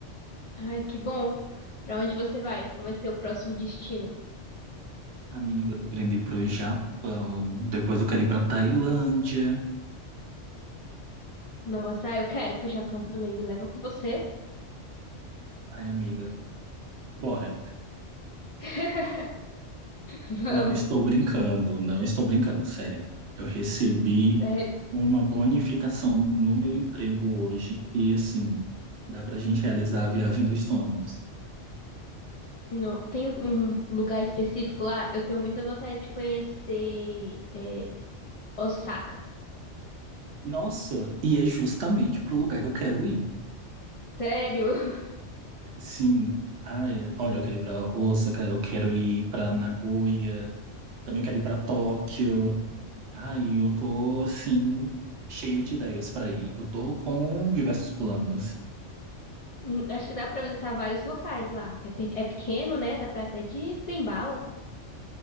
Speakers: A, on the left; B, on the right.
A: Ai, que bom. Pra onde você vai? Qual vai ser o próximo destino?
B: Amiga, estou querendo ir para o Japão, depois eu quero ir para Tailândia.
A: Nossa, ah, eu quero ir pro Japão também. Me leva com você.
B: Ai, amiga, bora.
A: <laughs> Vamos,
B: Não estou brincando, não estou brincando, sério. Eu recebi
A: sério.
B: uma bonificação no meu emprego hoje e assim, dá pra gente realizar a viagem dos sonhos.
A: Não, tem um lugar específico lá? Eu tenho muita vontade de conhecer é, Osaka.
B: Nossa, e é justamente pro lugar que eu quero ir.
A: Sério? <laughs>
B: Sim, ah, é, olha, eu quero ir pra Osaka, eu quero ir pra Nagoya, também quero ir pra Tóquio. Ai, eu tô assim cheio de ideias pra ir. Eu tô com diversos
A: Hum,
B: planos.
A: hum, Acho que dá pra visitar vários locais lá. que É pe- é pequeno, né? Dá pra até de trem bala.